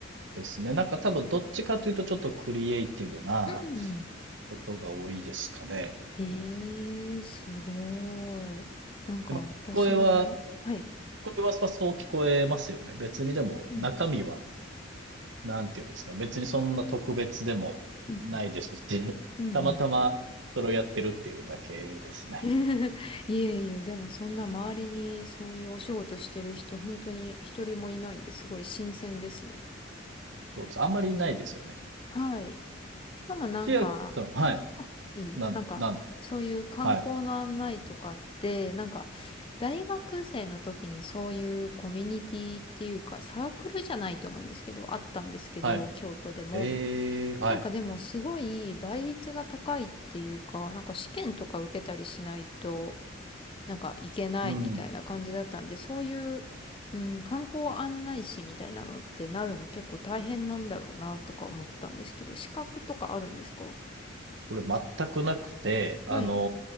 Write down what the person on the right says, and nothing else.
うですね。なんか多分どっちかというとちょっとクリエイティブな
ことが多いですかね。
で、まあ、聞こえは、
聞こえはそう聞こえますよね。別にでも、
中身は、なんていうんですか、別にそんな特別でもないですし、
<laughs>
たまたまそれをやってるっていうだけですね。
そうです。あんまりないですよね。
千秋さん、はい。
な、
なんです。
はい。
はい。
ええーはい。
うん。
これ全くなくて、あの